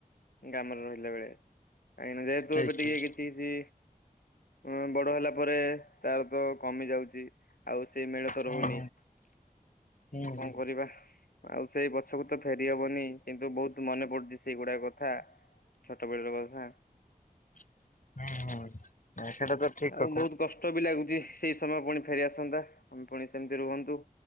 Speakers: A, on the left; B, on the left.
A: ଗ୍ରାମରେ ରହିଲା ବେଳେ କାହିଁକି ନା ଯେହେତୁ
B: ଠିକ
A: ଏବେ
B: ଠିକ
A: ଟିକେ କିଛି କିଛି ହଁ ବଡ ହେଲା ପରେ ତାର ତ କମି ଯାଉଚି। ଆଉ ସେ ମେଳ ତ
B: ହୁଁ
A: ରହୁନି।
B: ହୁଁ ହୁଁ ହୁଁ
A: କଣ
B: ହୁଁ
A: କରିବା ଆଉ ସେଇ ପଛକୁ ତ ଫେରି ହବନି କିନ୍ତୁ ବହୁତ୍ ମନେ ପଡୁଛି ସେଇଗୁଡା କଥା ଛୋଟ ବେଳର କଥା।
B: ହୁଁ ହୁଁ। ନାଇଁ ସେଇଟା ତ ଠିକ
A: ଆଉ
B: କଥା
A: ବହୁତ କଷ୍ଟ ବି ଲାଗୁଚି ସେଇ ସମୟ ପୁଣି ଫେରିଆସନ୍ତା ଆମେ ପୁଣି ସେମିତି ରୁହନ୍ତୁ।